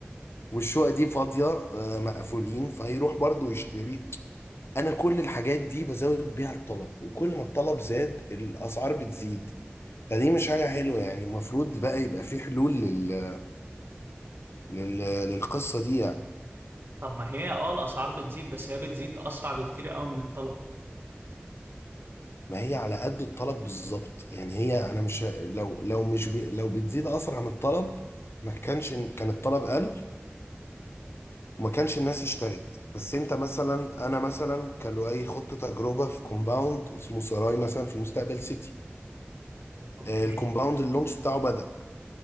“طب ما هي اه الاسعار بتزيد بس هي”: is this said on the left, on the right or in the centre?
Right